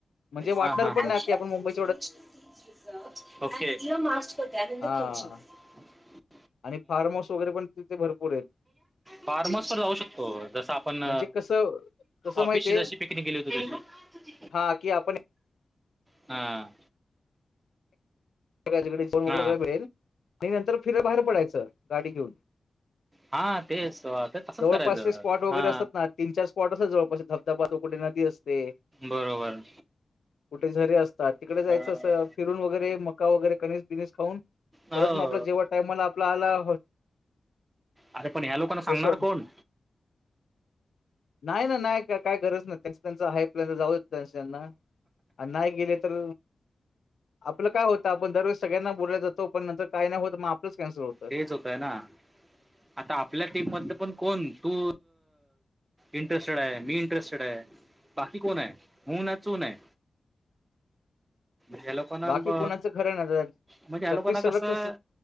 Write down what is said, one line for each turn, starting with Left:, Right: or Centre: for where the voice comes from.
Left: म्हणजे वाटणार
Right: हा हा
Left: पण
Right: हा
Left: नाही की आपण मुंबई
Right: <inaudible>
Left: हा आणि फार्म हाऊस वगैरे पण तिथे भरपूर आहेत.
Right: फार्महाऊसवर जाऊ शकतो जस आपण
Left: म्हणजे कसं कसं
Right: ऑफिसची
Left: माहितीये
Right: जशी पिकनिक गेली होती तशी
Left: हा की आपण
Right: हा
Left: <inaudible>
Right: हां हा तेच अ ते तसंच
Left: जवळपासचे
Right: करायचं
Left: स्पॉट वगैरे
Right: हा
Left: असतात ना तीन चार स्पॉट असतो जवळपास धबधबा तर कुठे नदी असते.
Right: बरोबर
Left: कुठे झरे असतात तिकडं जायचं
Right: अ,
Left: अस फिरून वगैरे मका वगैरे कनिस बिनीस खाऊन
Right: हो
Left: परत मग जेव्हा टाइमाला आपला आला
Right: अरे पण ह्या लोकांना सांगणार
Left: रेसॉर्ट
Right: कोण
Left: नाही ना नाही का काय गरज नाही त्यांच त्यांच हाय आहे प्लान तर जाऊदे त्यांच त्यांना आणि नाही गेले तर आपलं काय होत. आपण दरवेस सगळ्यांना बोलवलो जातो पण नंतर काय नाही होत मग आपल च कॅन्सल होत.
Right: तेच होतय ना आता आपल्या टीम मधनं पण कोण तू इंटरेस्टेड आहे मी इंटरेस्टेड आहे बाकी कोण आहे हूं नाही चू नाही. ह्या लोकांना
Left: बाकी
Right: ब
Left: कोणाचं खरं ना
Right: म्हणजे ह्या
Left: जगदीश
Right: लोकांना
Left: सरच
Right: कसं